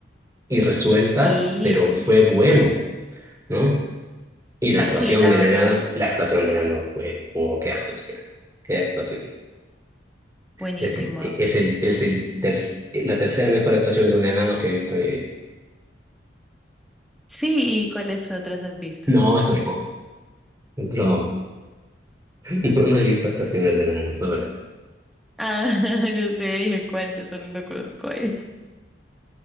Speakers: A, on the right; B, in the centre.
A: y resueltas,
B: sí.
A: pero fue bueno, ¿no? Y la actuación
B: Sí, la
A: de
B: verdad,
A: Lena, la actuación de Leno fue, oh, qué actuación, qué actuación.
B: buenísimo.
A: Es, e, es, el, es el ter- la tercera mejor actuación de un enano que he visto en mi vida.
B: Sí, ¿y cuáles otras has visto?
A: No, es broma, es broma. <laughs> No, no he visto actuaciones de enano, solo es.
B: Ah, <laughs> yo sé, dije cuál, yo solo no conozco él.